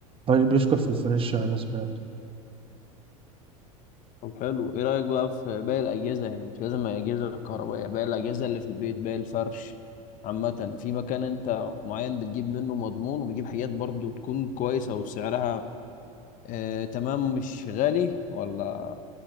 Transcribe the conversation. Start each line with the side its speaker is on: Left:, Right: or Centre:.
Right: بيشكر في الفريش يعني، أنا سمعت
Left: طب حلو ايه رايك بقى في باقي الاجهزه يعني مش لازم الاجهزه الكهربائيه باقي الاجهزه اللي في البيت باقي الفرش عامه في مكان انت معين بتجيب منه مضمون وبتجيب حاجات برضو تكون كويسه وسعرها آه تمام مش غالي ولا